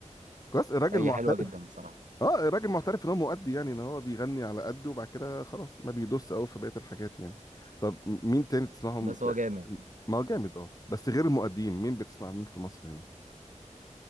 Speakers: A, on the left; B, on the right.
A: كويس الراجل
B: هي
A: معترف
B: حلوه جدا بصراحه
A: اه راجل معترف ان هو مؤدي يعني ان هو بيغني على قده وبعد كده خلاص ما بيدوس قوي في بقيه الحاجات يعني طب م- مين تاني بتسمعهم
B: بس هو
A: آه،
B: جامد
A: ما هو جامد اه بس غير المؤديين مين بتسمع مين في مصر هنا